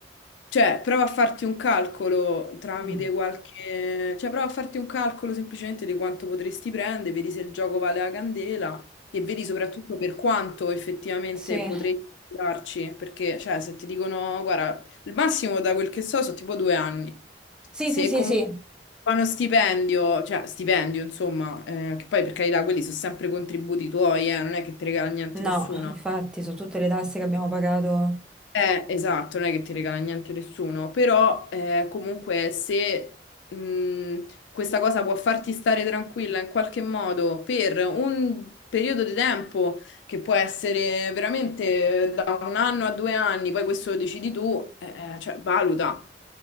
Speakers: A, on the left (about 85°); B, in the centre.
A: Cioè, prova a farti un calcolo tramite
B: mm.
A: qualche... Cioè, prova a farti un calcolo semplicemente di quanto potresti prendere, vedi se il gioco vale la candela e vedi soprattutto per quanto effettivamente
B: Sì,
A: potresti darci. Perché, cioè, se ti dicono, guarda, il massimo da quel che so sono tipo due anni.
B: sì,
A: Se
B: sì, sì,
A: comunque
B: sì.
A: fanno stipendio, cioè stipendio, insomma, eh, che poi per carità quelli sono sempre contributi tuoi, eh, non è che ti regala niente
B: No,
A: nessuno.
B: infatti, su tutte le tasse che abbiamo pagato.
A: Eh, esatto, non è che ti regala niente nessuno, però eh, comunque se mh, questa cosa può farti stare tranquilla in qualche modo per un periodo di tempo che può essere veramente da un anno a due anni, poi questo lo decidi tu, eh, eh, cioè valuta,